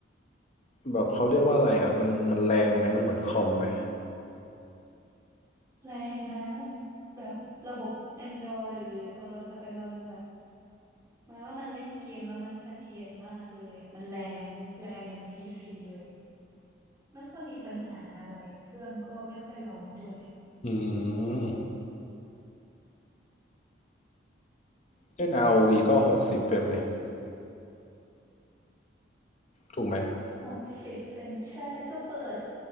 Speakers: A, on the left; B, on the right.
A: แบบเขาเรียกว่าอะไรอ่ะมันมันแรงไหมมันเหมือนคอมไหม
B: แรงนะแบบระบบ Android หรือโทรศัพท์ Android มันแบบหมายว่ามันเล่นเกมแล้วมันเสถียรมากเลยอะมันแรงแรงเหมือน PC เลยไม่ค่อยมีปัญหาอะไรเครื่องก็ไม่ค่อยร้อนด้วย
A: อืมเล่น ROV ก็60เฟรมเรทถูกไหม
B: หกสิบเฟรมใช่ก็เปิด